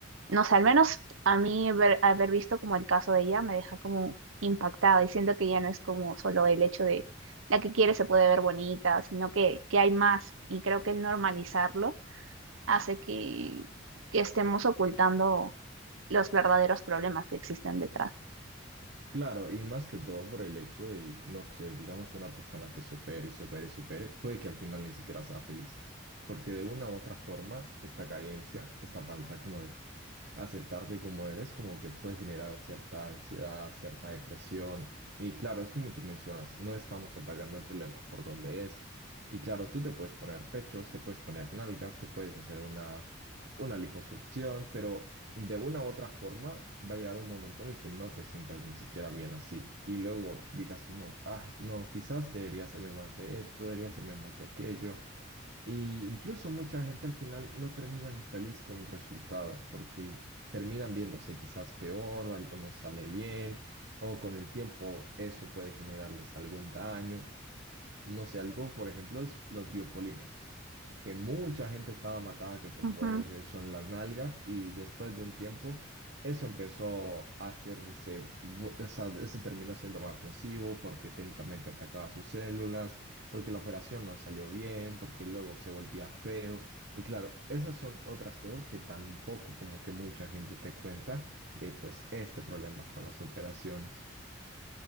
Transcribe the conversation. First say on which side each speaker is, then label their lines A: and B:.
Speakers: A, on the right; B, on the right.
A: no sé, al menos a mí ver- haber visto como el caso de ella me deja como impactada y siento que ya no es como solo el hecho de... La que quiere se puede ver bonita, sino que, que hay más y creo que el normalizarlo hace que, que estemos ocultando los verdaderos problemas que existen detrás.
B: Claro, y más que todo por el hecho de, no sé, digamos una persona que se opere y se opere y se opere, puede que al final ni siquiera sea feliz. Porque de una u otra forma, esta carencia, esta falta como de aceptarte como eres, como que puede generar cierta ansiedad, cierta depresión. Y claro, es como tú mencionas, no estamos atacando el problema por donde es. Y claro, tú te puedes poner pechos, te puedes poner nalgas, te puedes hacer una, una liposucción, pero de una u otra forma va a llegar un momento en el que no te sientas ni siquiera bien así. Y luego digas como, ah, no, quizás debería hacerme más de esto, debería hacerme más de aquello. Y incluso mucha gente al final no termina ni feliz con el resultado, porque terminan viéndose quizás peor o algo no sale bien, o con el tiempo eso puede generarles algún daño no sé, algo, por ejemplo, es los biopolímeros, que mucha gente estaba matada que por
A: Ujú.
B: ponerse eso en las nalgas y después de un tiempo eso empezó a hacerse, bu- o sea, eso terminó siendo más nocivo porque técnicamente atacaba sus células, porque la operación no salió bien, porque luego se volvía feo. Y claro, esas son otras cosas que tampoco como que mucha gente te cuenta de pues este problema con las operaciones.